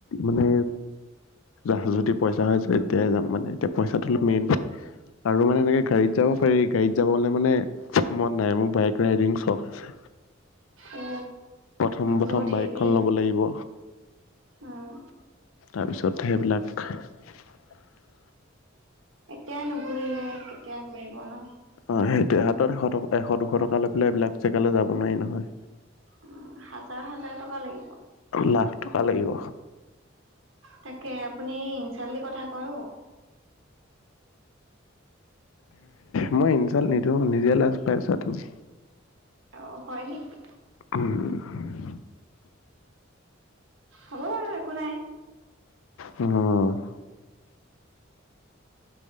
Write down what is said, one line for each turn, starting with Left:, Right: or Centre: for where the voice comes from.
Left: মানে জাজ যদি পইচা হয় এতিয়াই যাম মানে এতিয়া পইচাটো অলপ মেইন আৰু মানে এনেকে গাড়ী যাব
Right: উম
Left: পাৰি গাড়ীত যাবলে মানে মন নাই মোৰ বাইক ৰাইডিং চখ আছে
Right: অ
Left: প্ৰথম প্ৰথম
Right: বহুত
Left: বাইকখন
Right: হেভি
Left: ল'ব লাগিব
Right: উম
Left: তাৰপিছত সেইবিলাক <unintelligible>
Right: এতিয়াই নুঘুৰিলে কেতিয়া ঘূৰিব ন
Left: অ সেই হাতত এশ ট এশ দুশ টকা লৈ পেলাই এইবিলাক জেগালৈ যাব নোৱাৰি নহয়
Right: উম, হাজাৰ হাজাৰ টকা লাগিব
Left: লাখ টকা লাগিব
Right: তাকে আপুনি ইনচাল দি কথা কয় অ
Left: মই ইনঞ্চাল নিদিওঁ নিজে লাজ পাইছা তুমি
Right: অ হয় নেকি
Left: <unintelligible> <unintelligible>
Right: হ'ব বাৰু একো নাই
Left: উম